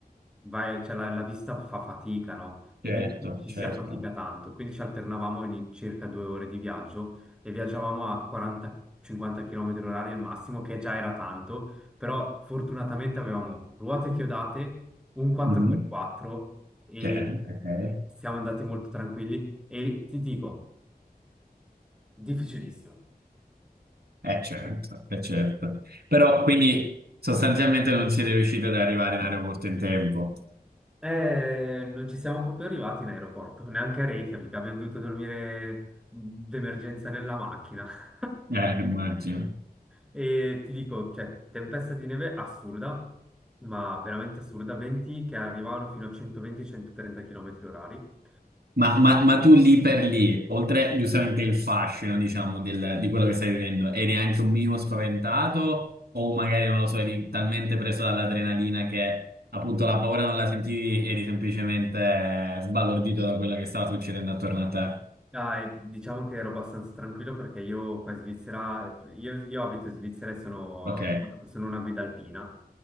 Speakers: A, in the centre; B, on the right (about 90°).
A: vai- cioè, la, la vista fa fatica, no? E
B: certo,
A: quindi ci ci
B: certo.
A: si affatica tanto. Quindi ci alternavamo ogni circa due ore di viaggio e viaggiavamo a 40-50 km orari il massimo, che già era tanto, però fortunatamente avevamo ruote chiodate, un 4x4
B: Mhm,
A: e
B: certo, ok.
A: siamo andati molto tranquilli e ti dico, difficilissimo.
B: Eh, certo, eh, certo. Però, quindi, sostanzialmente non siete riusciti ad arrivare in aeroporto in tempo.
A: Eh, non ci siamo proprio arrivati in aeroporto, neanche a Reykjavik, abbiamo dovuto dormire d'emergenza nella macchina. <laughs>
B: Eh, immagino.
A: E ti dico, cioè, tempesta di neve assurda, ma veramente assurda, venti che arrivavano fino a 120-130 km orari.
B: Ma, ma- ma tu lì per lì, oltre giustamente il fascino, diciamo, del- di quello che stai vivendo, eri anche un minimo spaventato o magari, non lo so, eri talmente preso dall'adrenalina che appunto la paura non la sentivi, eri semplicemente sbalordito da quello che stava succedendo attorno a te?
A: Dai, diciamo che ero abbastanza tranquillo perché io qua in Svizzera, io, io abito in Svizzera e sono,
B: Ok,
A: sono una guida alpina